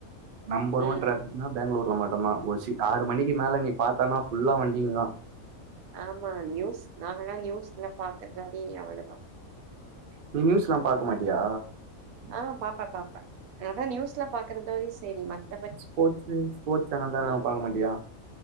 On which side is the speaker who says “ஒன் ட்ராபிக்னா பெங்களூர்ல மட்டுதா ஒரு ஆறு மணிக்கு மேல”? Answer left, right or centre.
Right